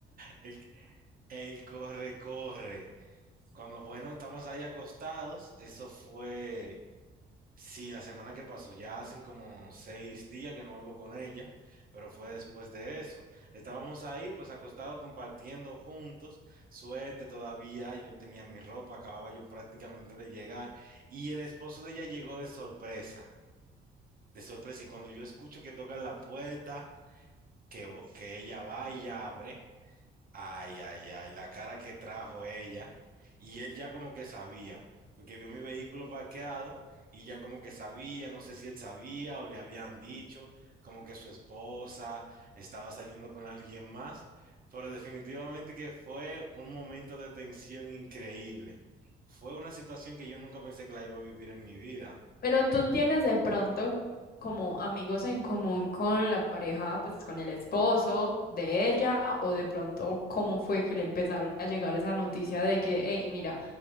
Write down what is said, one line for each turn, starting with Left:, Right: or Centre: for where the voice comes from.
Right: Él, él corre, corre. Cuando, bueno, estamos ahí acostados, eso fue, sí, la semana que pasó, ya hacen como seis días que no hablo con ella, pero fue después de eso. Estábamos ahí, pues acostados, compartiendo juntos, suerte todavía, yo tenía mi ropa, acababa yo prácticamente de llegar, y el esposo de ella llegó de sorpresa de sorpresa. Y cuando yo escucho que tocan la puerta, que, vo- que ella va y abre, ay, ay, ay, la cara que trajo ella. Y él ya como que sabía, porque vio mi vehículo parqueado y ya como que sabía, no sé si él sabía o le habían dicho, como que su esposa estaba saliendo con alguien más, pero definitivamente que fue un momento de tensión increíble. Fue una situación que yo nunca pensé que la iba a vivir en mi vida.
Left: Pero tú tienes de pronto como amigos en común con la pareja, pues con el esposo de ella, o de pronto cómo fue que le empezaron a llegar esa noticia de que, hey, mira,